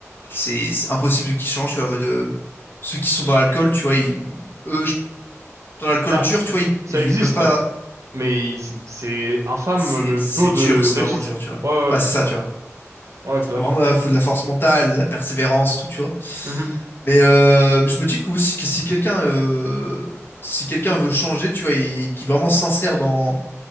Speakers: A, on the left; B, on the right.
A: c'est c'est impossible qu'ils changent, tu vois, en mode euh, ceux qui sont dans l'alcool, tu vois, ils, eux, je- dans l'alcool
B: Bah,
A: dur, tu vois, ils,
B: ça
A: ils,
B: existe,
A: ils peuvent pas.
B: mais c'est c'est infâme
A: C'est
B: le
A: c'est
B: taux de
A: dur, c'est
B: réussite.
A: vraiment dur, tu vois.
B: Ouais, ouais, ouais,
A: Ouais,
B: bah
A: c'est
B: c'est
A: ça,
B: ça.
A: tu vois.
B: Ouais, Ouais, je suis d'accord.
A: Faut Vraiment, il faut de la force mentale, de la persévérance et tout, tu vois.
B: Mhm.
A: Mais, euh, mais je me dis que, aussi, que si quelqu'un euh, si quelqu'un veut changer, tu vois, et, qui est vraiment sincère dans,